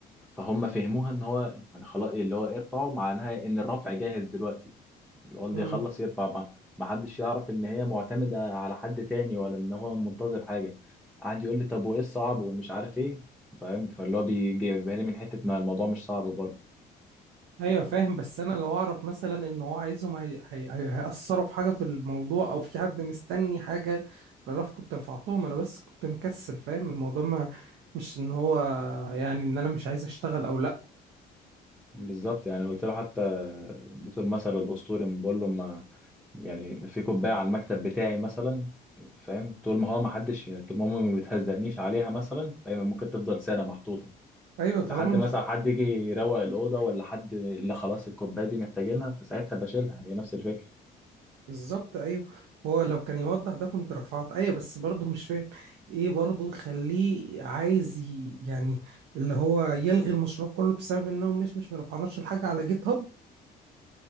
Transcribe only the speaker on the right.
امم
ايوه فاهم بس انا لو اعرف مثلا ان هو عايزهم هي... هي... هي- هيأثروا في حاجه في الموضوع او في حد مستني حاجه بعرف كنت رفعتهم انا بس كنت مكسل فاهم الموضوع ما مش ان هو يعني ان انا مش عايز اشتغل او لا
ايوه طالما
مش
بالظبط ايوه هو لو كان يوضح ده كنت رفعت ايوه بس برضه مش فاهم ايه برضه يخليه عايز ي... يعني اللي هو يلغي المشروع كله بسبب انهم مش مش مرفعناش الحاجه على جيت هاب